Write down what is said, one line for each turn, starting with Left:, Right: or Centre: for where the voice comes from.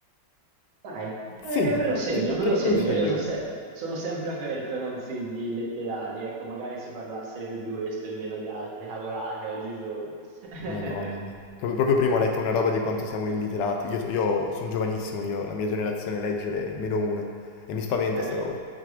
Right: Dai, eh,
Left: segnatelo,
Right: me lo segno,
Left: ti-
Right: me
Left: te
Right: lo
Left: lo
Right: segno.
Left: consiglio.
Right: Io so se- sono sempre aperto ai consigli letterali. Ecco, magari si parlasse più di questo e meno di altre cavolate oggigiorno. <laughs>
Left: Madonna mia. Proprio, proprio prima ho letto una roba di quanto siamo illiterati. Io, so- io sono giovanissimo, io, la mia generazione leggere è meno uno. E mi spaventa
Right: Eh,
Left: sta roba.